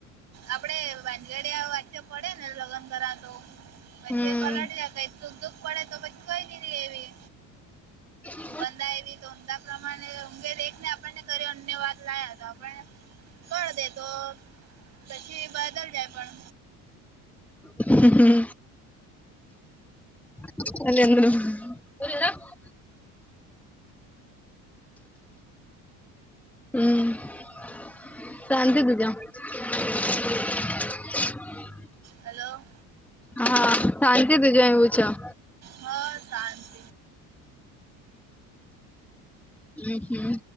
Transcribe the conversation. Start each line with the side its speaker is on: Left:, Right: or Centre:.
Right: આપડે ભજડિયા વાચ્ય પડે ને લગ્ન કરવા તો પછી
Centre: હમ
Right: એ પલટ દયા કઈ દુઃખ પડે તો પછી કઈ દીધી એવી
Centre: હા.
Right: બંદા એવી તો ઊમદા પ્રમાણે ઊઘે એક ને આપણને કર્યો <unintelligible> વાત લાયા તો આપણ કર દે તો પછી બદલ જાય પણ
Centre: હમ્મ. <unintelligible> હમ શંત તુજ <inaudible>
Right: હલો.
Centre: હા, સાચે તજ એવું ચા
Right: હા શાંત
Centre: હમ હમ